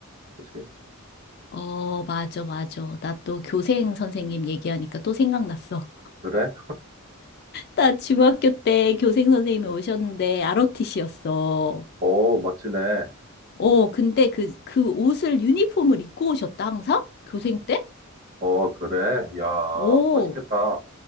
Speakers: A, on the right (about 40°); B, on the left (about 50°).
A: 그치?
B: 어, 맞아, 맞아. 나 또
A: 음.
B: 교생 선생님 얘기하니까 또 생각났어.
A: 그래?
B: 나 중학교 때 교생 선생님이 오셨는데 ROTC였어.
A: 오 멋지네.
B: 어, 근데 그, 그 옷을, 유니폼을 입고 오셨다, 항상? 교생 때?
A: 어 그래? 야
B: 어,
A: 멋있겠다.